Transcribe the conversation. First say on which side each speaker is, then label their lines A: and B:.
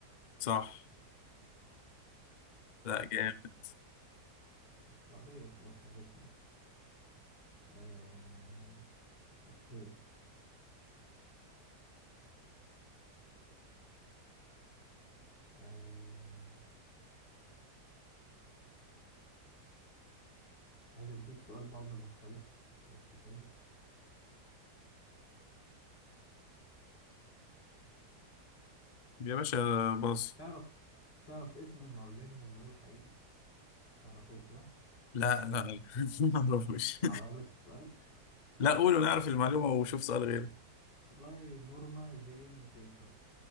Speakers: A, on the left; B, on the left.
A: صح لا
B: خلصانة
A: جامد
B: السعودية خلاص عرفنا آه... اوكي آه... عايز اديك سؤال برضه مختلف بس حلو
A: يا باشا باص
B: تعرف تعرف اسم مارلين مونرو الحقيقي تعرفوش ده
A: لا لا لا. <laughs> ما اعرفش
B: هغير لك السؤال
A: لا قول ونعرف المعلومة وشوف سؤال غيره
B: والله نورما جين بيكر